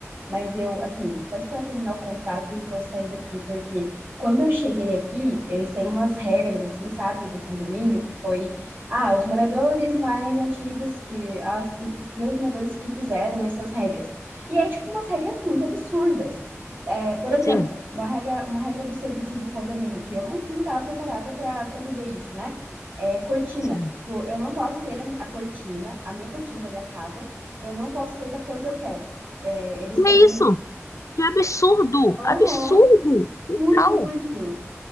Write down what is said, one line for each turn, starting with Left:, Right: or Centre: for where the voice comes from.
Right: Mas eu, assim, vou só esperar terminar o contrato e vou sair daqui, porque quando eu cheguei aqui, eles têm umas regras, assim, sabe, do condomínio, que foi, ah, os moradores mais antigos, que as, os primeiros moradores que fizeram essas regras. E é, tipo, umas regras muito absurdas. É, por exemplo,
Left: sim,
Right: uma regra, uma regra absurda assim, de condomínio, que eu não, não estava preparada para viver isso, né? É cortina.
Left: sim.
Right: Tipo, eu não posso ter a, a cortina, a minha cortina da minha casa, eu não posso ter da cor que eu quero. É, eles
Left: Que
Right: têm.
Left: é isso? Que absurdo!
Right: Aham,
Left: Absurdo! Total!
Right: muito, muito.